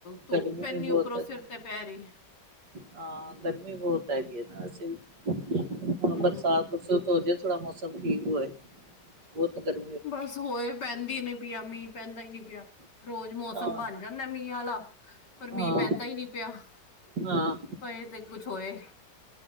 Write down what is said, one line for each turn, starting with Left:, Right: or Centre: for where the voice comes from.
Left: ਧੁੱਪ
Right: ਗਰਮੀ
Left: ਪੈਨੀ
Right: ਵੀ ਬਹੁਤ
Left: ਉੱਪਰੋਂ
Right: ਹੈ
Left: ਸਿਰ
Right: ਨਾ
Left: ਤੇ ਪੈ ਰਹੀ।
Right: ਹਾਂ ਗਰਮੀ ਬਹੁਤ ਹੈਗੀ ਹੈ। ਵੀ ਹੁਣ
Left: ਹੂੰ
Right: ਬਰਸਾਤ ਬਰਸੁਤ ਹੋ ਜੇ ਥੋੜਾ ਮੌਸਮ ਠੀਕ ਹੋਵੇ। ਉਹ ਤਾਂ ਕਰ।
Left: ਬਸ ਹੋਏ ਪੈਂਦੀ ਨੀ ਪਿਆ ਮੀਂਹ ਪੈਂਦਾ ਹੀ ਨੀ ਪਿਆ ਰੋਜ਼ ਮੌਸਮ
Right: ਹਾਂ,
Left: ਬਣ ਜਾਂਦਾ ਮੀਂਹ ਵਾਲਾ। ਪਰ
Right: ਹਾਂ,
Left: ਮੀਂਹ ਪੈਂਦਾ ਹੀ ਨਹੀਂ ਪਿਆ ਪਰ
Right: ਹਾਂ
Left: ਪਏ ਤੇ ਕੁਛ ਹੋਏ ।